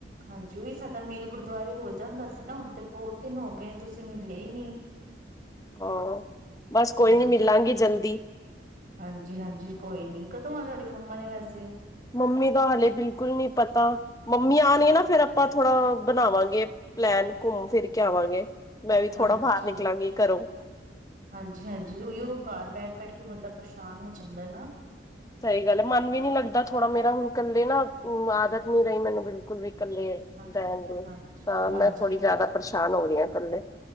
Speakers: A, on the right (about 45°); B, on the left (about 20°).
A: ਹਾਂਜੀ ਉਹੀ ਸਾਡਾ ਮੇਲ ਗੁਰਦੁਆਰੇ ਹੋ ਜਾਂਦਾ ਸੀ ਨਾ, ਹੁਣ ਤੇ ਬਹੁਤ ਦਿਨ ਹੋ ਗਏ ਨੇ ਤੁਸੀਂ ਮਿਲੇ ਹੀ ਨਹੀਂ।
B: ਉਹ ਬਸ ਕੋਈ
A: ਹੂੰ
B: ਨੀ ਮਿਲਾਂਗੀ ਜਲਦੀ।
A: ਹਾਂਜੀ, ਹਾਂਜੀ ਕੋਈ ਨੀ, ਕਦੋਂ ਆ ਤੁਹਾਡੀ ਮੰਮਾ ਨੇ ਵੈਸੇ
B: ਮੰਮੀ ਦਾ ਹਾਲੇ ਬਿਲਕੁਲ ਨਹੀਂ ਪਤਾ। ਮੰਮੀ ਆਣ ਗੇ ਨਾ ਫੇਰ ਆਪਾਂ ਥੋੜਾ ਬਣਾਵਾਂਗੇ ਪਲੈਨ ਘੁੰਮ ਫਿਰ ਕੇ ਆਵਾਂਗੇ। ਮੈਂ ਵੀ ਥੋੜਾ
A: ਹਾਂਜੀ
B: ਬਾਹਰ
A: ਜ਼ਰੂਰ
B: ਨਿਕਲਾਂਗੀ ਘਰੋਂ
A: ਹਾਂਜੀ, ਹਾਂਜੀ ਉਹੀ ਉਹ ਘ ਬੈਠ ਬੈਠ ਕੇ ਬੰਦਾ ਪਰੇਸ਼ਾਨ ਹੋ ਜਾਂਦਾ ਨਾ।
B: ਸਹੀ ਗੱਲ ਹੈ, ਮਨ ਵੀ ਨੀ ਲੱਗਦਾ ਥੋੜਾ ਮੇਰਾ ਹੁਣ ਇਕੱਲੇ ਨਾ ਆਦਤ ਨੀ ਰਹੀ ਮੈਨੂੰ ਬਿਲਕੁਲ ਵੀ ਇਕੱਲੇ
A: ਹਾਂ
B: ਰਹਣ ਗੇ,
A: ਹਾਂਜੀ
B: ਤਾਂ
A: ਹਾਂਜੀ
B: ਮੈਂ ਥੋੜ੍ਹੀ ਜਿਆਦਾ ਪਰੇਸ਼ਾਨ ਹੋ ਰਹੀ ਹਾਂ ਕਲੇ